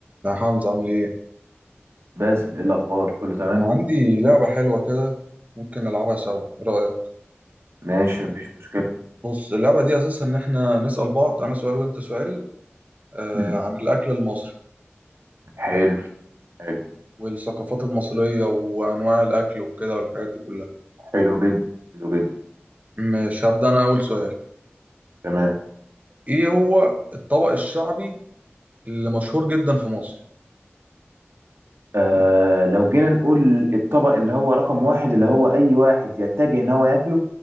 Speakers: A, on the right (about 35°); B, on the right (about 80°).
A: يا حمزة عامل ايه؟
B: باسل ايه الاخبار كله تمام
A: كان عندي لعبة حلوة كده ممكن نلعبها سوا، ايه رأيك؟
B: ماشي مفيش مشكله
A: بص اللعبة دي أساسها إن احنا نسأل بعض أنا سؤال وأنت سؤال آه
B: مم.
A: عن الأكل المصري
B: حلو حلو
A: والثقافات المصرية وأنواع الأكل وكده والحاجات دي كلها.
B: حلو جدا حلو جدا
A: مش هبدأ أنا أول سؤال،
B: تمام
A: ايه هو الطبق الشعبي اللي مشهور جدا في مصر؟
B: آه لو جينا نقول الطبق اللي هو رقم واحد اللي هو اي واحد يتجه ان هو ياكله